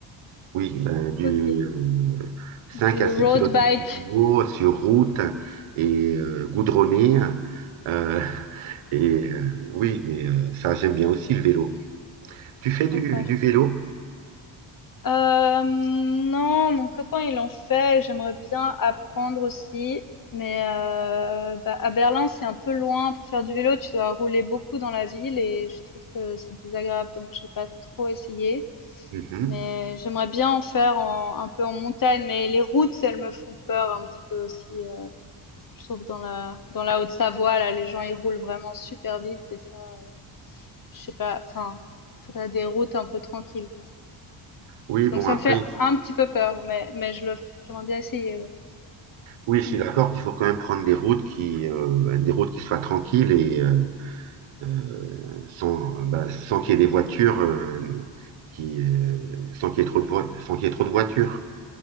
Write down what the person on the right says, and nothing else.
Oui, ben, du
euh, 5
à 6
kilomètres
de vélo sur route et euh, goudronné. euh, <laughs> et euh, oui, mais euh, ça, j'aime bien aussi le vélo. Tu fais
du, du vélo?
Mhm.
Oui, bon,
après,
oui, je
suis d'accord qu'il faut quand même prendre des routes qui, euh, des routes qui soient tranquilles et euh, euh, sans, bah, sans qu'il y ait des voitures, euh, qui, euh, sans qu'il y ait trop de voi- sans qu'il y ait trop de voitures.